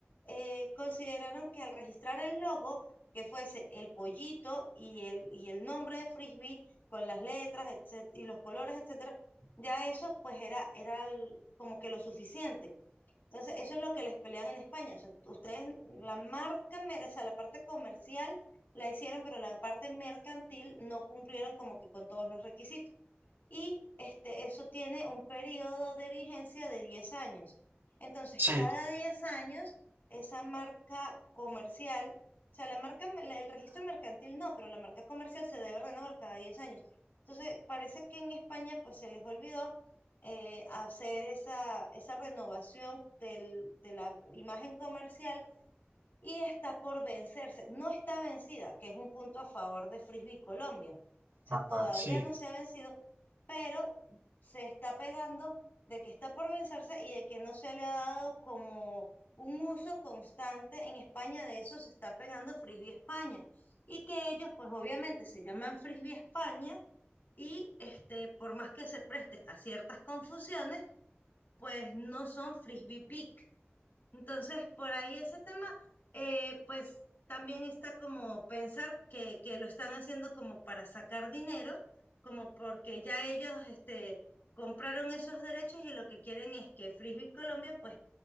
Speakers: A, on the left; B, on the right.
A: eh, consideraron que al registrar el logo, que fuese el pollito y el, y el nombre de Frisbee con las letras, etcétera y los colores, etcétera, ya eso pues era, era como que lo suficiente. Entonces, eso es lo que les pelean en España. O sea, ustedes, la marca, mer- o sea, la parte comercial la hicieron, pero la parte mercantil no cumplieron como que con todos los requisitos y este, eso tiene un periodo de vigencia de 10 años. Entonces,
B: sí,
A: cada 10 años, esa marca comercial, o sea, la marca, la- el registro mercantil no, pero la marca comercial se debe renovar cada 10 años. Entonces, parece que en España pues se les olvidó eh, hacer esa, esa renovación del- de la imagen comercial y está por vencerse. No está vencida, que es un punto a favor de Frisbee Colombia. O sea,
B: ajá,
A: todavía
B: sí,
A: no se ha vencido, pero se está pegando de que está por vencerse y de que no se le ha dado como un uso constante en España, de eso se está pegando Frisbee España. Y que ellos, pues obviamente se llaman Frisbee España y este, por más que se preste a ciertas confusiones, pues no son Frisbee Big, entonces, por ahí ese tema, eh, pues también está como pensar que, que lo están haciendo como para sacar dinero, como porque ya ellos este, compraron esos derechos y lo que quieren es que Frisbee Colombia pues